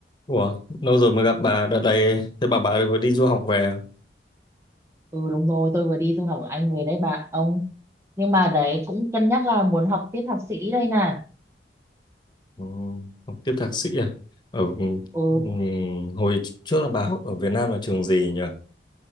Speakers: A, on the left; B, on the right.
A: Ủa, lâu rồi mới gặp bà đợt này thế bà bà vừa đi du học về à?
B: Ừ đúng rồi, tôi vừa đi du học ở Anh về đấy bạn ông. Nhưng mà đấy cũng cân nhắc là muốn học tiếp thạc sĩ đây nè.
A: ừ, học tiếp thạc sĩ à ở ừ,
B: Ừ,
A: ừ, hồi trước là bà học ở Việt Nam là trường gì nhỉ